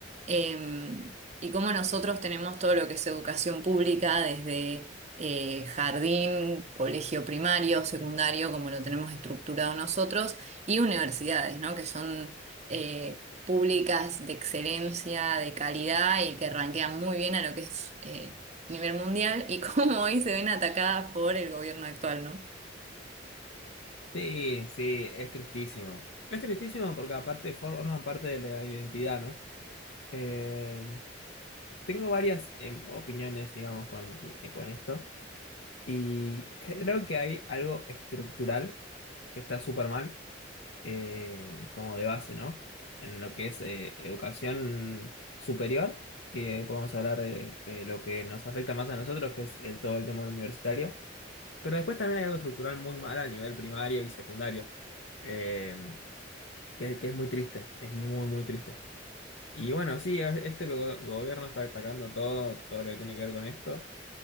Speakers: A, on the right; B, on the left.
A: Em, y cómo nosotros tenemos todo lo que es educación pública desde eh, jardín, colegio primario, secundario, como lo tenemos estructurado nosotros y universidades, ¿no? Que son eh, públicas de excelencia, de calidad y que ranquean muy bien a lo que es eh, nivel mundial y <laughs> cómo hoy se ven atacadas por el gobierno actual, ¿no?
B: Sí, sí, es tristísimo. Es tristísimo porque aparte forman parte de la identidad, ¿no? Eh, tengo varias em, opiniones, digamos, con, eh, con esto y creo que hay algo estructural que está súper mal. eh, como de base, ¿no? En lo que es eh, educación superior, que podemos hablar de eh, lo que nos afecta más a nosotros, que es el, todo el tema universitario. Pero después también hay algo estructural muy mal a nivel primario y secundario, eh, que, que es muy triste, es muy, muy triste. Y bueno, sí, es- este go- gobierno está atacando todo, todo lo que tiene que ver con esto.